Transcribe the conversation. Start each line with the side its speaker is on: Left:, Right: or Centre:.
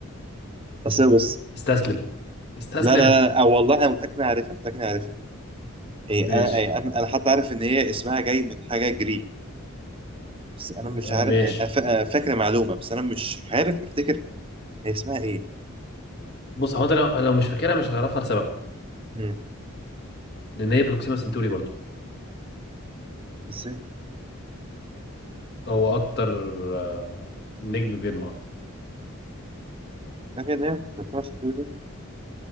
Right: أصل بص
Left: استسلم استسلم
Right: لا لا لا آه، والله أنا متأكد إن أنا عارفها متأكد إن أنا عارفها إيه
Left: ماشي
Right: أنا إيه أنا أنا حتى عارف إن هي اسمها جاي من حاجة جريك بس أنا مش
Left: آه
Right: عارف
Left: ماشي
Right: آه، أنا فا- أنا فاكر معلومة بس أنا مش عارف أفتكر هي اسمها إيه
Left: بص هو أنت لو, لو مش فاكرها مش هتعرفها لسبب
Right: مم.
Left: لأن هي بروكسيما سنتوري برضو
Right: إزاي
Left: هو أكتر آه... نجم بيلمع
Right: فاكر إن هي فاكر سنتوري برضه؟